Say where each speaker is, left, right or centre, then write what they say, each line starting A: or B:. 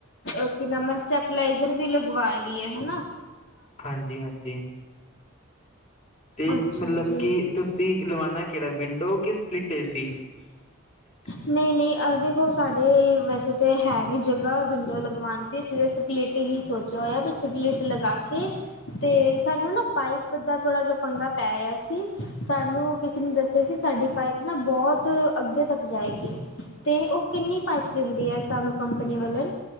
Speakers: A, on the left; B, on the left.
A: ਅ ਕੀ ਨਾਮ ਸਟੈਪਲਾਈਜ਼ਰ ਵੀ ਲਗਵਾ ਲਈਏ ਹੈ ਨਾ।
B: ਹਾਂਜੀ, ਹਾਂਜੀ। ਤੇ
A: ਅੱਛਾ
B: ਮਤਲਬ
A: ਜੀ।
B: ਕਿ ਤੁਸੀਂ ਲਵਾਨਾ ਕਿਹੜਾ? ਵਿੰਡੋ ਕਿ ਸਪਲਿਟ ਏ ਸੀ। <inaudible>
A: ਨਹੀਂ ਨਹੀਂ, ਦੇਖੋ ਸਾਡੇ ਵੈਸੇ ਤਾਂ ਹੈ ਨੀ, ਜਗ੍ਹਾ ਵਿੰਡੋ ਲਗਵਾਉਣ ਦੀ ਸ ਸਟ ਇਹੀ ਸੋਚਿਆ ਹੋਇਆ, ਵੀ ਸਿਬਲੇਟ ਲਗਾ ਕੇ। ਤੇ ਸਾਨੂੰ ਨਾ ਪਾਈਪ ਦਾ ਥੋੜਾ ਜਿਹਾ ਪੰਗਾ ਪੈ ਰਿਹਾ ਸੀ। ਸਾਨੂੰ ਤੈਨੂੰ ਦੱਸਿਆ ਸੀ। ਸਾਡੀ ਪਾਈਪ ਨਾ ਬਹੁਤ ਅੱਗੇ ਤੱਕ ਜਾਏਗੀ ਤੇ ਉਹ ਕਿੰਨੀ ਪਾਈਪ ਦਿੰਦੀ ਹੈ। ਸਾਨੂੰ ਕੰਪਨੀ ਵੱਲੋਂ।